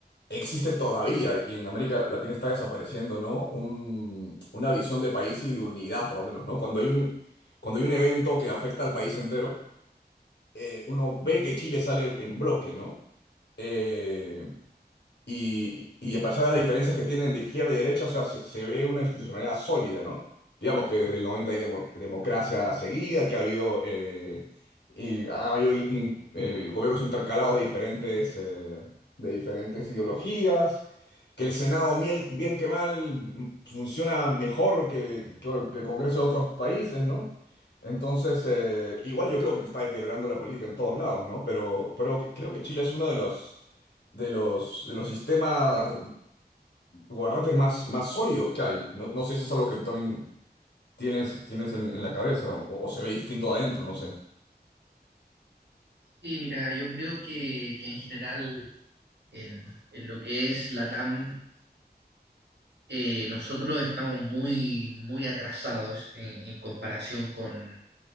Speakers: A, on the left (about 90°); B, on the right (about 80°).
A: existe todavía y en América Latina está desapareciendo, ¿no? Un- una visión de país y de unidad, por lo menos, ¿no? Cuando hay un, cuando hay un evento que afecta al país entero, eh, uno ve que Chile sale en bloque, ¿no? Eh, y, y a pesar de las diferencias que tienen de izquierda y derecha, o sea, se, se ve una institucionalidad sólida, ¿no? Digamos que desde el 90 hay demo- democracia seguida, que ha habido, eh, y ha habido in- eh, gobiernos intercalados de diferentes, eh, de diferentes ideologías, que el Senado, miel- bien que mal, m- funciona mejor que, que, que el Congreso de otros países, ¿no? Entonces, eh, igual yo creo que se está deteriorando la política en todos lados, ¿no? Pero, pero que- creo que Chile es uno de los de los, de los sistemas gobernantes más, más sólidos que hay. No, no sé si es algo que tú también tienes, tienes en, en la cabeza o, o se ve distinto adentro, no sé.
B: Sí, mira, yo creo que, que en general en, en lo que es LATAM, eh, nosotros estamos muy, muy atrasados en en comparación con...